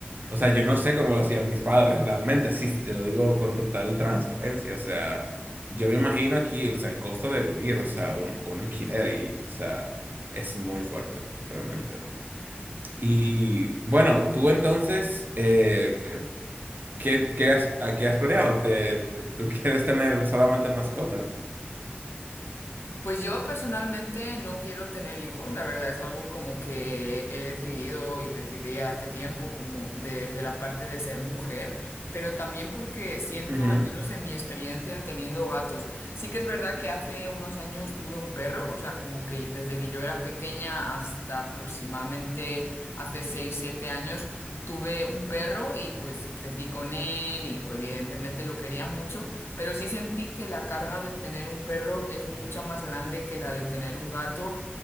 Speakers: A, on the right; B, on the left.
A: O sea, yo no sé cómo lo hacían mis padres realmente, así te lo digo con total transparencia. O sea, yo me imagino aquí, o sea, el costo de vivir, o sea, un, un alquiler y, o sea, es muy fuerte, realmente. Y bueno, tú entonces, eh, ¿qué, qué has, a qué has planeado? ¿Te, tú quieres tener solamente mascotas?
B: Pues yo personalmente no quiero tener hijos, la verdad es algo como que he decidido y decidí hace tiempo, como desde la parte de ser mujer. pero también porque siento,
A: Ujú,
B: al menos en mi experiencia teniendo gatos, sí que es verdad que hace unos años tuve un perro, o sea, como que desde que yo era pequeña hasta aproximadamente hace 6 7 años, tuve un perro y pues crecí con él y evidentemente lo quería mucho, pero sí sentí que la carga de tener un perro es mucha más grande que la de tener un gato